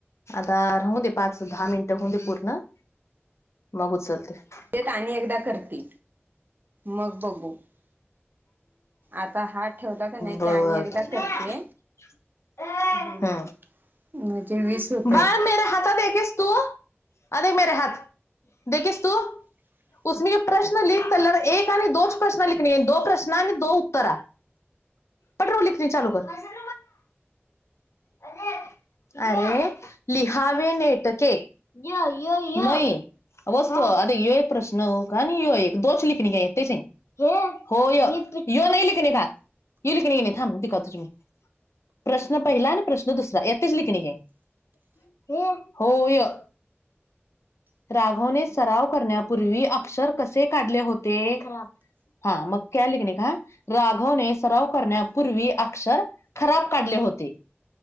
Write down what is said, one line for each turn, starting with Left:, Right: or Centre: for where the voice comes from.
Left: आता राहऊ दे पाच दहा मिनिटं होऊ दे पूर्ण <unintelligible> बघूच चालते <unintelligible>
Right: तेेत आणि एकदा करते मग बघू <unintelligible> आता हा ठेवला का नाही
Left: बर
Right: की आणि एकदा करते
Left: <unintelligible>
Right: हम्म
Left: ह
Right: म्हणजे वीस होत्यात
Left: बर मेरा हाता देखे <unintelligible> तू अध मेरे हात देिस तू <unintelligible> उसे प्रश्न लिख तल एक आणि दोच प्रश्न लिख <unintelligible> दो प्रश्न आणि दो उत्तरा पट्रव लेखणी चालू कर <unintelligible> अ <unintelligible> अरे लिहावे नेटके य यई <unintelligible> वस्त आ यो एक प्रश्न का नाही यो एक दोच ललेखणी का आहेत तेश <unintelligible> हो हो य य नाही लिखिणे खा य ललेखणी येेणे ागखात तुम्ही <unintelligible> प्रश्न पहिला <unintelligible> प्रश्न दुसरा यातच ललेखणी आहे हो य <unintelligible> राघवने सराव करण्यापूर्वी अक्षर कसे काढले होते <unintelligible> हा मग काय लिखणे का राघवने सराव करण्यापूर्वी अक्षर <unintelligible> खराब काढले होते <unintelligible>